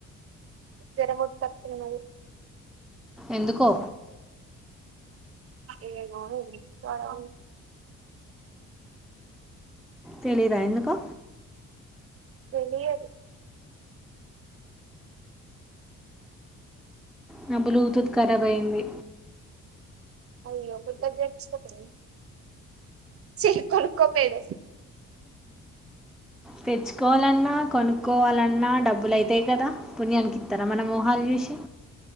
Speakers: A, on the right (about 50°); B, in the centre.
A: జరమొచ్చేతట్టున్నది
B: ఎందుకో
A: ఏమో ఇంటికాడా
B: తెలీదా ఎందుకో
A: తెలియదు
B: నాబ్లూతుత్ ఖరాబ్ అయింది
A: అయ్యో కొత్తది చేపిచ్చోకోపోయినవ్ చీ కొనుక్కోపోయినవ్
B: తెచ్ కోవాలన్నా కొనుక్కోవాలన్నా డబ్బులయితయి కదా పుణ్యానికిత్తరా మన మోహాలు చూసి